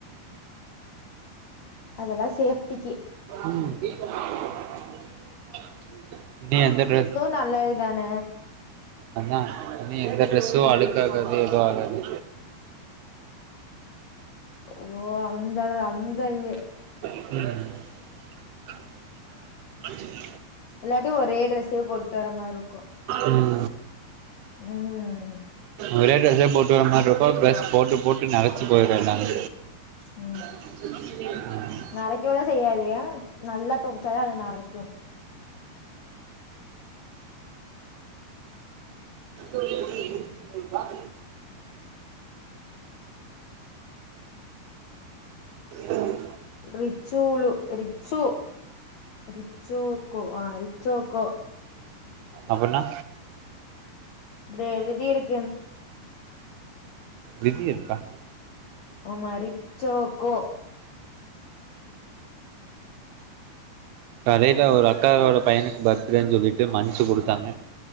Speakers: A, on the left (about 65°); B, on the right (about 80°).
A: அதெல்லாம் சேஃப்டிக்கு
B: ம் இன்னும் எந்த டிரஸ்
A: நல்லதுதானே
B: அதான் இன்னு எந்த ட்ரெஸ்ஸும் அழக்கு ஆகாது ஏதும் ஆகாது
A: ஓ அந்த அந்த இது
B: ம்
A: இல்லாட்டியும் ஒரே டிரஸ்ஸையும் போட்டு வர மாதிரி இருக்கும்
B: ம்
A: ம்
B: ஒரே ட்ரெஸ்ஸே போட்டு வர்ற மார்ருக்கு ட்ரெஸ் போட்டு போட்டு நரச்சி போயிடு எல்லாமே
A: ஓ
B: ஆ
A: நரைக்கவெலா செய்யாதயா நல்லா தொவச்சாதா அது நரைக்கு
B: இருத்திூறு ரூபா ம்
A: ரிச்சூலு ரிச்சு ரிச்சோக்கோ ஆ ரிச்சோக்கோ
B: அப்பனா
A: இதுல எழுதிருக்
B: விதி இருக்கா
A: ஆமா ரிச்சோக்கோ
B: கடைல ஒரு அக்காவோட பையனுக்கு பர்த்டேன் சொல்லிட்டு மன்ச்சு குடுத்தாங்க